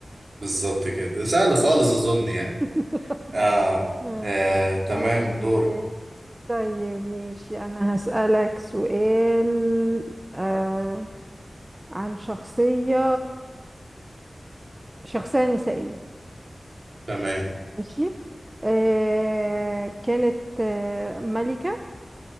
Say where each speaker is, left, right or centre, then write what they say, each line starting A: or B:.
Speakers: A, on the right; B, on the right.
A: بالظبط كده سهل خالص أظن يعني
B: <laughs>
A: آه.
B: آه،
A: آه. تمام
B: اوكي
A: دوري
B: طيب ماشي انا هسألك سؤال آه عن شخصية شخصية نسائية
A: تمام
B: ماشي آه كانت آه ملكة